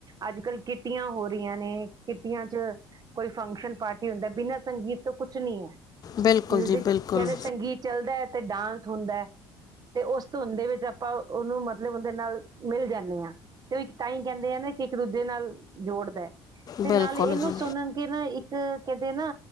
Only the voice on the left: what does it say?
ਬਿਲਕੁਲ
ਜੀ ਬਿਲਕੁਲ
ਬਿਲਕੁਲ
ਜੀ